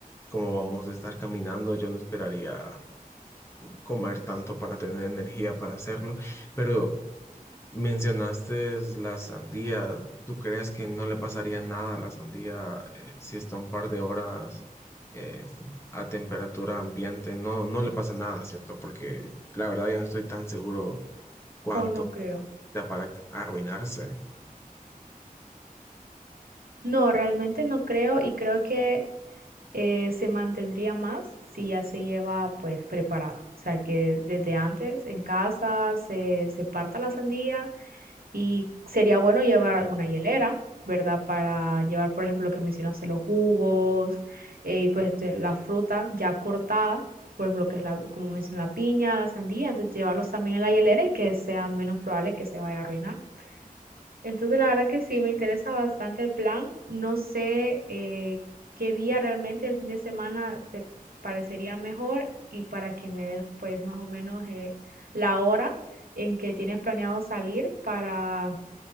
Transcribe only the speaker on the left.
como vamos a estar caminando, yo no esperaría comer tanto para tener energía para hacerlo, pero Mencionaste la sandía. ¿Tú crees que no le pasaría nada a la sandía eh, si está un par de horas eh, f- a temperatura ambiente? No, no le pasa nada, ¿cierto? Porque la verdad yo no estoy tan seguro cuánto
da para arruinarse.